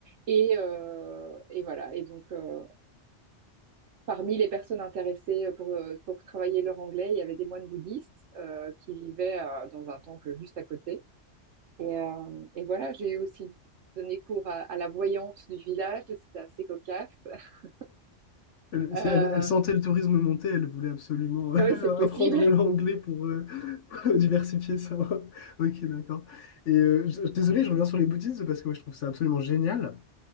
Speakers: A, on the right; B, on the left.
A: Et, euh, et voilà. Et donc euh, Parmi les personnes intéressées pour, euh, pour travailler leur anglais, il y avait des moines bouddhistes euh, qui vivaient euh, dans un temple juste à côté. Et, euh, et voilà, j'ai aussi donné cours à, à la voyante du village, c'était assez cocasse. <laughs>
B: Elle,
A: Euh,
B: c'est- elle- elle sentait le tourisme monter, elle voulait absolument euh,
A: ah oui, c'est possible.
B: <laughs> apprendre l'anglais pour, euh, <laughs> pour diversifier ça. <laughs> Ok, d'accord. Et euh, je- désolé, je reviens sur les bouddhistes parce que moi je trouve ça absolument génial.